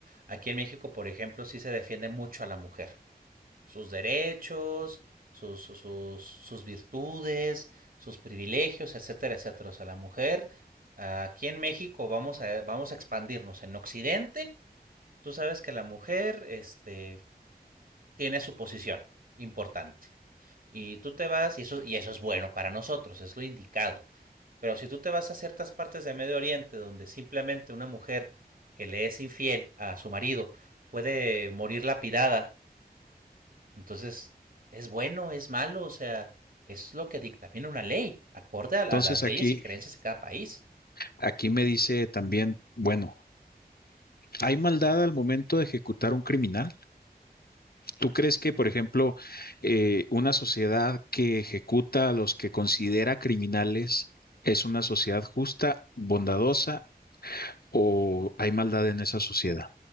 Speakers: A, on the right; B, on the left.
A: aquí en México, por ejemplo, sí se defiende mucho a la mujer. sus derechos, sus, sus, sus, sus virtudes, sus privilegios, etcétera, etcétera. O sea, la mujer aquí en México vamos a, vamos a expandirnos. En Occidente, tú sabes que la mujer este, tiene su posición importante. Y tú te vas, y eso, y eso es bueno para nosotros, es lo indicado. Pero si tú te vas a ciertas partes de Medio Oriente donde simplemente una mujer que le es infiel a su marido puede morir lapidada entonces, ¿es bueno, es malo? O sea, es lo que dictamina una ley, acorde a, a
B: Entonces
A: las
B: aquí,
A: leyes y creencias de cada país.
B: aquí me dice también, bueno, ¿hay maldad al momento de ejecutar un criminal? ¿Tú crees que, por ejemplo, eh, una sociedad que ejecuta a los que considera criminales es una sociedad justa, bondadosa o hay maldad en esa sociedad.